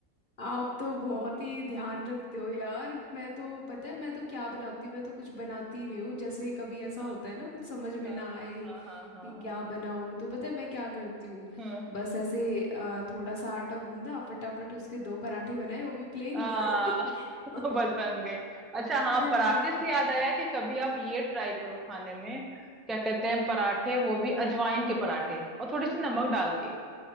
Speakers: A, on the left (about 40°); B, in the centre.
A: आप तो बहुत ही ध्यान रखते हो यार मैं तो पता है मैं तो क्या बनाती हूँ मैं तो कुछ बनाती ही नहीं हूँ जैसे कभी ऐसा
B: हाँ
A: होता है ना कुछ समझ में ना
B: हाँ
A: आए
B: हाँ हाँ
A: कि
B: हाँ
A: क्या बनाऊँ तो पता है मैं क्या करती हूँ
B: हम्म,
A: बस ऐसे अ, थोड़ा सा आटा गूंदा फटाफट उसके दो पराठे बनाए वो भी प्लेन
B: आ,
A: <laughs>
B: <laughs> बस बन गई अच्छा हाँ
A: बन
B: पराठे
A: गया
B: से याद आया कि कभी आप ये ट्राई करो खाने में क्या कहते हैं पराठे वो भी अजवाइन के पराठे और थोड़ी सी नमक डाल के